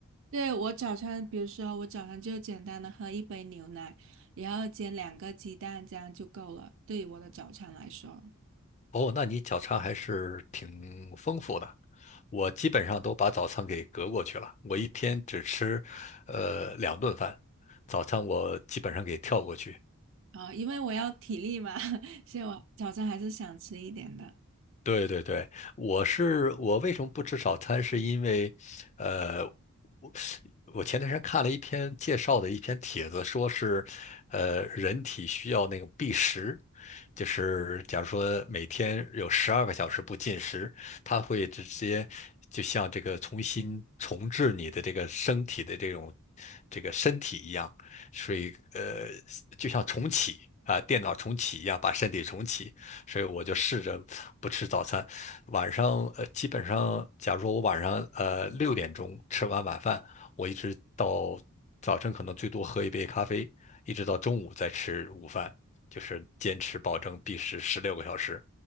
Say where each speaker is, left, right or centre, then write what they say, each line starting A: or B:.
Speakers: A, on the right; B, on the left.
A: 对，我早餐，比如说我早上就简单的喝一杯牛奶，然后煎两个鸡蛋，这样就够了，对于我的早餐来说。
B: 哦，那你早餐还是挺丰富的。我基本上都把早餐给隔过去了，我一天只吃，呃，两顿饭，早餐我基本上给跳过去。
A: 啊，因为我要体力嘛，<laughs> 所以我早餐还是想吃一点的。
B: 对对对，我是我为什么不吃早餐？是因为，呃，我我前段时间看了一篇介绍的一篇帖子，说是，呃，人体需要那个避食，就是假如说每天有十二个小时不进食，它会直接就像这个重新重置你的这个身体的这种这个身体一样，所以呃，就像重启啊，电脑重启一样，把身体重启。所以我就试着不吃早餐。晚上呃，基本上，假如说我晚上呃六点钟吃完晚饭，我一直到早晨可能最多喝一杯咖啡，一直到中午再吃午饭，就是坚持保证必食十六个小时。